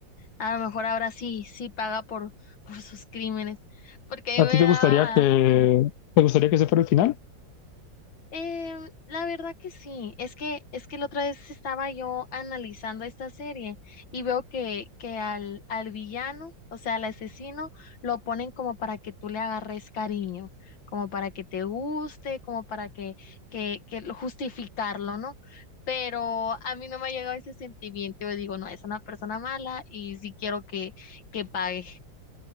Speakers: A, on the left; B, on the left.
A: A lo mejor ahora sí, sí paga por, por sus crímenes, porque a
B: ¿A
A: mí
B: ti
A: me
B: te
A: daba,
B: gustaría que, te gustaría que ese fuera el final?
A: Em, la verdad que sí, es que es que la otra vez estaba yo analizando esta serie y veo que, que al, al villano, o sea, al asesino, lo ponen como para que tú le agarres cariño, como para que te guste, como para que, que, que lo- justificarlo, ¿no? Pero a mí no me ha llegado ese sentimiento, yo digo, no, es una persona mala y sí quiero que, que pague.